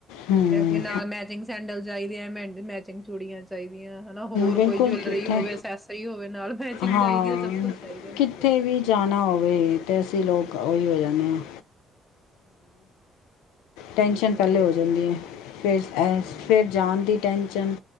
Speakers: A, on the left (about 80°); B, in the centre.
A: ਹਮ
B: ਫਿਰ ਅੱਗੇ ਨਾਲ ਮੈਚਿੰਗ ਸੈਂਡਲ ਚਾਹੀਦੇ ਆ ਮ ਮੈਚਿੰਗ ਚੂੜੀਆਂ ਚਾਹੀਦੀਆਂ ਹਨਾ ਹੋਰ
A: ਬਿਲਕੁਲ
B: ਕੋਈ ਜਵਲਰੀ
A: ਕਿੱਥੇ
B: ਹੋਵੇ ਅਸੈਸਰੀ ਹੋਵੇ ਨਾਲ ਮੈਚਿੰਗ
A: ਹਾਂ
B: ਚਾਹੀਦੀ ਹੈ ਸਭ ਕੁਛ ਚਾਹੀਦਾ
A: ਕਿੱਥੇ
B: ਮੈਚਿੰਗ
A: ਵੀ ਜਾਣਾ ਹੋਵੇ ਤੇ ਅਸੀਂ ਲੋਕ ਉਹੀ ਹੋ ਜਾਂਦੇ ਹਾਂ ਟੈਂਸ਼ਨ
B: ਸਹੀ
A: ਪਹਿਲੇ ਹੋ
B: ਗੱਲ
A: ਜਾਂਦੀ ਹੈ ਫਿਰ
B: ਹਮ
A: ਫਿਰ ਜਾਣ ਦੀ ਟੈਂਸ਼ਨ